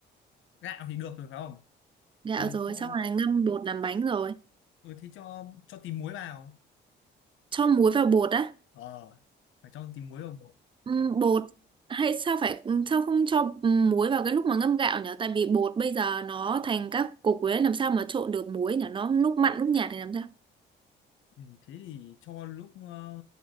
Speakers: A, on the left; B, on the right.
A: gạo thì được rồi phải không
B: gạo
A: thì
B: rồi
A: cho
B: xong rồi ngâm bột làm bánh rồi
A: ừ thế cho cho tí muối vào
B: cho muối vào bột á
A: ờ phải cho tí muối vào bột.
B: Ừm, bột hay sao phải sao không cho muối vào cái lúc mà ngâm gạo nhỉ? Tại vì bột bây giờ nó thành các cục ấy làm sao mà trộn được muối nhỉ? Nó lúc mặn lúc nhạt thì làm sao?
A: ừ, thế thì cho lúc ờ,